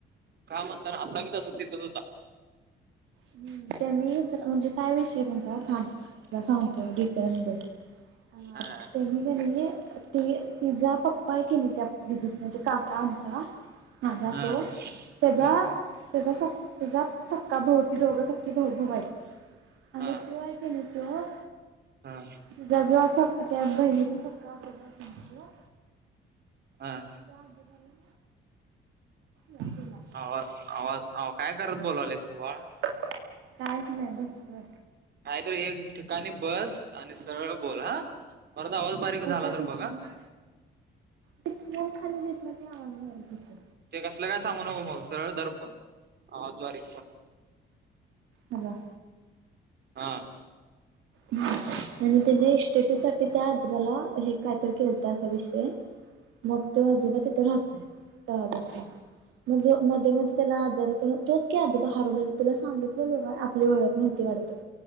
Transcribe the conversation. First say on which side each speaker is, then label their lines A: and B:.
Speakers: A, on the right; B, on the right.
A: काय म्हणताना आत्ता बी तसं तिथच होता.
B: हम् त्यांनी म्हणजे काय विषय त्यांचा थांब सांगतो तुला डिटेल मध्ये. <inaudible> ह
A: हा
B: तेनी का नाही. त तिचाा पप्पा आहे की नाही त्या दिदीत म्हणजे काका आमचा. माझा
A: हा
B: तो
A: हम्म
B: त्याचा त्याचा त्याचा सक्का भाऊ. सखे भाऊभऊ आहेत आणि
A: हा
B: तो आहे की नाही तो.
A: हा.
B: तिचा जो स त्या बहिणीचा सक्का आजोबा आहे म्हटलं
A: हा
B: त्या आजोबाला <inaudible> केल
A: आवाज आवाज आव काय करत बोलावलेस तू बाळ
B: <inaudible> कायच नाही बसलो.
A: काहीतरी एक ठिकाणी बस आणि सरळ बोल हा. परत आवाज बारीक झाला
B: एका
A: तर
B: ठिकाणी
A: बघा
B: ते फोन खाली घेतलं ते आवाज यालत.
A: ते कसलं काय सांगू नको मग सरळ दर फोन हं सॉरी
B: हॅलो.
A: हा.
B: आणि त्याच्या इस्टेटि साठी त्या आजोबाला हे काय तरी केलंता असा विषय मग तो आजोबा तिथे राहतोय तेव्हापासून. म मध्ये मध्ये त्याला आजारी तोच क आजूबा हरवलेल तुला सांगितलं ल आपली ओळख नव्हती वाटतं